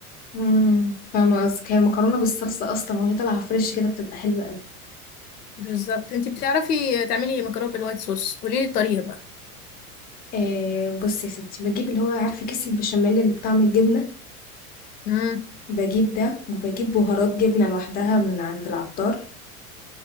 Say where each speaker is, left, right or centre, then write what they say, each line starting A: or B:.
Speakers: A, on the left (about 20°); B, on the left (about 80°).
A: امم فاهمه قصدك هي المكرونه بالصلصه اصلا وهي طالعه فريش كده بتبقى حلوه قوي
B: بالظبط انتي بتعرفي تعملي مكرونة بالوايت صوص قوليلي الطريقة بقى
A: آه بصي يا ستي بجيب اللي هو عارفه كيس البشاميل اللي بطعم الجبنه
B: امم
A: بجيب ده وبجيب بهارات جبنه لوحدها من عند العطار